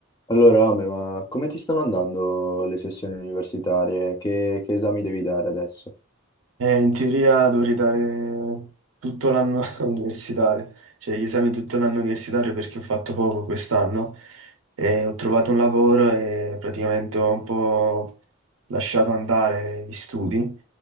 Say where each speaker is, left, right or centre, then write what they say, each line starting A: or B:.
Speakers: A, on the left; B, on the right.
A: Allora, Ame, ma come ti stanno andando le sessioni universitarie? Che, che esami devi dare adesso?
B: Eh, in teoria dovrei dare tutto l'anno <laughs> universitario, cioè gli esami tutto l'anno universitario perché ho fatto poco quest'anno e ho trovato un lavoro e praticamente ho un po' lasciato andare gli studi,